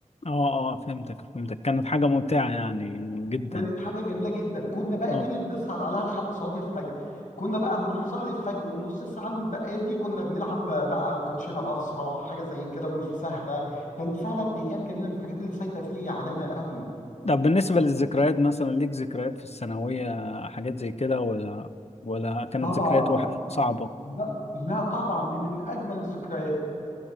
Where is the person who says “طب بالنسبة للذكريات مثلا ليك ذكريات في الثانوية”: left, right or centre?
Left